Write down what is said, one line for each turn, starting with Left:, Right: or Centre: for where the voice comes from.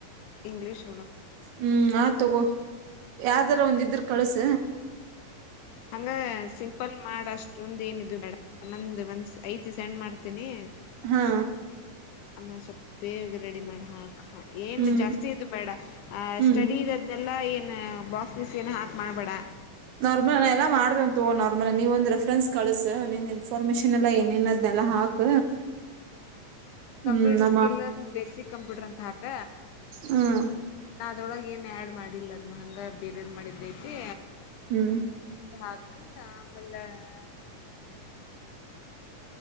Left: ಇಂಗ್ಲಿೀಷ್
Right: ಹ್ಮ್ ಆ ತಗೋ ಯಾವ್ದಾರ ಒಂದಿದ್ರ ಕಳಸ
Left: ಹಂಗ ಸಿಂಪಲ್ ಮಾಡ ಅಷ್ಟೊಂದ ಏನಿದೆ ಇಡ ನೊ ಒಂದ ಐತಿ ಸೆಂಡ್ ಮಾಡ್ತೇನಿ
Right: ಹಾ
Left: ಅನ್ನ ಸ್ೊಪ್ಪೇ ರೆಡಿ ಮಾಡ ಹಾಕ್ ಏನ್
Right: ಹ್ಮ್
Left: ಜಾಸ್ತಿ ಇದು ಮೇಡ
Right: ಹ್ಮ್
Left: ಸ್ಟಡಿ ಇದ್ ಎಲ್ಲಾ ಏನ್ ಬಾಕ್ಸ್ಸ ಏನ ಹಾಕ್ ಮಾಡ್ಬೇಡ
Right: ನಾರ್ಮಲ್ ನ
Left: ಎಸ್
Right: ಎಲ್ಲಾ
Left: ಎಸ್
Right: ಮಾಡ್ರ
Left: ಎಲ್ ಸಿ
Right: ನಾರ್ಮಲ್ ನೀವ ಒಂದಂದು ರೆಫ್ರನ್ಸ್ ಕಳಸ ಇನ್ಫಾರ್ಮೇಶನ್ ಎಲ್ಲಾ ಏನೇನದ್ನೆಲ್ಲ ಹಾಕ್
Left: ಹಾ
Right: ಹ್ಮ್
Left: ಕಂಪ್ಯೂಟರ್
Right: ನಾ
Left: ಸ್ಕಿಲ್ಂದ ಬೇಸಿಕ್ ಕಂಪ್ಯೂಟರ್ ಅಂತ ಹಾಕ
Right: ಹ್ಮ
Left: ನಾ ಅದೊಳಗೆ ಏನ್ ಆಡ್ ಮಾಡಿಲ್ಲ ಅದನ್ನ ಹಂಗ ಬೇರೆ ಏನ್ ಮಾಡಿದ್ದೈತಿ
Right: ಹ್ಮ್
Left: <unintelligible>